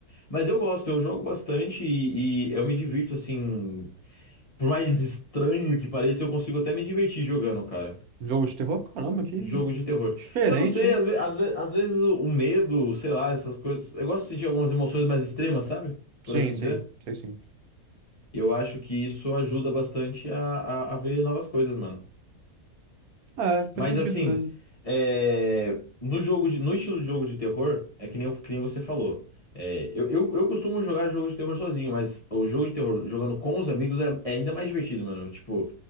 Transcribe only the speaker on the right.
Jogo de terror? Caramba, que
diferente,
hein?
Sim,
sim,
sei sim.
É, faz
sentido
mesmo.